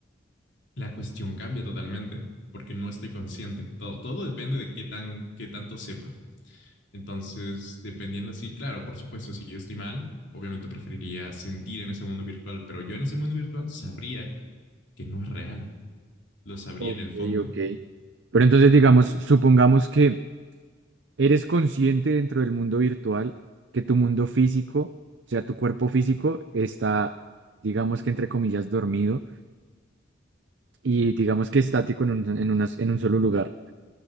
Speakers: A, on the left; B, on the right.
A: la cuestión cambia totalmente, porque no estoy consciente. Todo, todo depende de qué, tan, qué tanto sepa. Entonces, dependiendo así, claro, por supuesto, si yo estoy mal, obviamente preferiría sentir en ese mundo virtual, pero yo en ese mundo virtual sabría que no es real. Lo sabría
B: Ok,
A: en el fondo.
B: ok. Pero entonces digamos, supongamos que Eres consciente dentro del mundo virtual que tu mundo físico, o sea, tu cuerpo físico está, digamos que entre comillas, dormido y digamos que estático en un, en unas- en un solo lugar,